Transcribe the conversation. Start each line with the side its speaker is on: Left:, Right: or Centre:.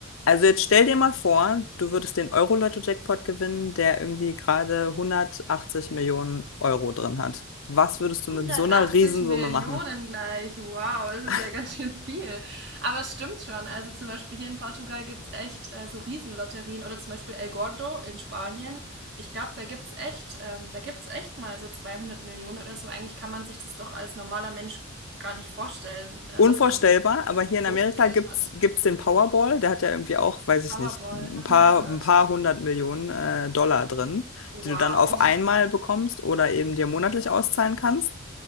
Left: Also jetzt stell dir mal vor, du würdest den Euro-Lotto-Jackpot gewinnen, der irgendwie gerade 180 Millionen Euro drin hat. Was würdest
Right: 180
Left: du mit so einer Riesensumme
Right: Millionen
Left: machen?
Right: gleich. Wow, das ist
Left: <laughs>
Right: ja ganz schön viel. Aber es stimmt schon. Also zum Beispiel hier in Portugal gibt es echt äh, so Riesenlotterien oder zum Beispiel El Gordo in Spanien. Ich glaube, da gibt es echt, ähm, da gibt's echt mal so 200 Millionen oder so. Eigentlich kann man sich das doch als normaler Mensch gar nicht vorstellen, äh,
Left: Unvorstellbar,
Right: dass man
Left: aber hier
Right: so
Left: in Amerika
Right: viel Geld
Left: gibt's
Right: hat.
Left: gibt's den Powerball, der hat ja irgendwie auch, weiß ich
Right: Powerball,
Left: nicht, ein
Right: noch
Left: paar
Right: nie gehört.
Left: ein paar hundert Millionen äh, Dollar drin,
Right: Wow,
Left: die du dann auf einmal bekommst oder eben dir monatlich auszahlen kannst.